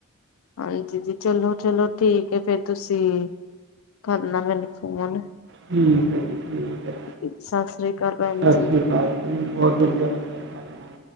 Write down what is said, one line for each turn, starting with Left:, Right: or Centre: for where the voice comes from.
Left: ਹਾਂਜੀ, ਜੀ ਚਲੋ -ਚਲੋ, ਠੀਕ ਹੈ ਫੇਰ ਤੁਸੀਂ। ਕਰਨਾ ਮੈਨੂੰ ਫੋਨ
Right: ਠੀਕ ਹੈ ਜੀ ਠੀਕ ਹੈ
Left: ਜੀ ਸਤਿ ਸ੍ਰੀ ਅਕਾਲ ਭੈਣ
Right: ਸਤਿ
Left: ਜੀ
Right: ਸ਼੍ਰੀ ਅਕਾਲ ਬਹੁਤ ਸ਼ੁਕਆ